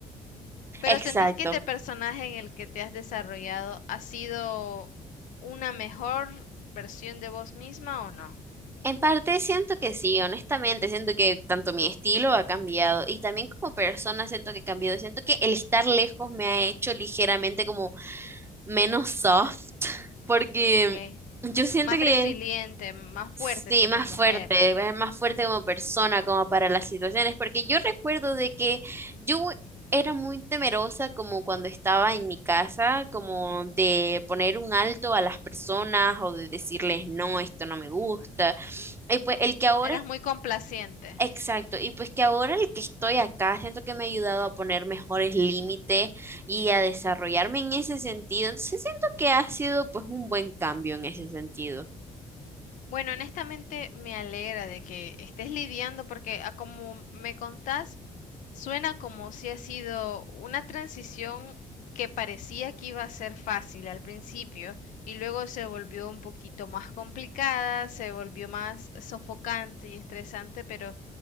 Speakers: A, on the left; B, on the right.
A: pero
B: Exacto.
A: ¿sentís que este personaje en el que te has desarrollado ha sido una mejor versión de vos misma o no?
B: En parte siento que sí, honestamente, siento que tanto mi estilo ha cambiado y también como persona siento que he cambiado, siento que el estar lejos me ha hecho ligeramente como menos soft, porque
A: Ok,
B: yo siento
A: más
B: que
A: resiliente, más fuerte
B: sí,
A: como
B: más
A: mujer.
B: fuerte, es más fuerte como persona, como para las situaciones, porque yo recuerdo de que yo era muy temerosa como cuando estaba en mi casa, como de poner un alto a las personas o de decirles, no, esto no me gusta. Y pues el que ahora
A: Eras muy complaciente.
B: Exacto, y pues que ahora el que estoy acá, siento que me ha ayudado a poner mejores límites y a desarrollarme en ese sentido. Entonces siento que ha sido pues un buen cambio en ese sentido.
A: Bueno, honestamente me alegra de que estés lidiando porque a como me contás, suena como si ha sido una transición que parecía que iba a ser fácil al principio y luego se volvió un poquito más complicada, se volvió más sofocante y estresante, pero